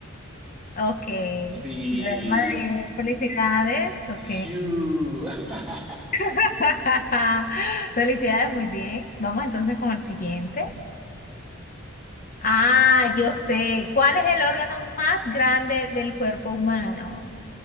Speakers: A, on the left; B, in the centre.
A: Ok, Real
B: Sí,
A: Madrid, felicidades.
B: <laughs> sí.
A: Ok.
B: <laughs>
A: <laughs> Felicidades, muy bien. Vamos entonces con el siguiente. Ah, yo sé. ¿Cuál es el órgano más grande del cuerpo humano?